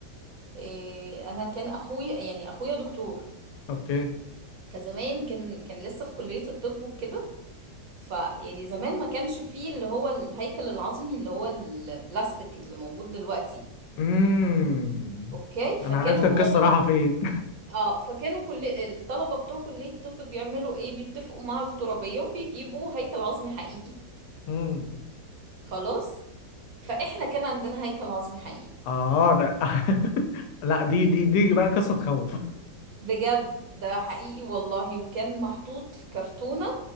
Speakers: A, on the right (about 60°); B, on the left (about 80°).
A: إيه، انا كان اخويا يعني اخويا دكتور
B: اوكي
A: فزمان كان كان لسه في كلية الطب وكده فيعني زمان ما كانش فيه اللي هو الهيكل العظمي اللي هو البلاستيك اللي موجود دلوقتي
B: امم
A: اوكي
B: انا
A: فكانوا
B: عرفت
A: طلبة
B: القصه رايحه فين
A: اه فكانوا كل الطلبة بتوع كلية الطب بيعملوا ايه بيتفقوا مع الترابية وبيجيبوا هيكل عظمي حقيقي
B: <laughs> امم
A: خلاص فاحنا كان عندنا هيكل عظمي حقيقي
B: اه ده <laughs> لا دي دي دي بقى قصه تخوف
A: بجد ده حقيقي والله وكان محطوط في كرتونة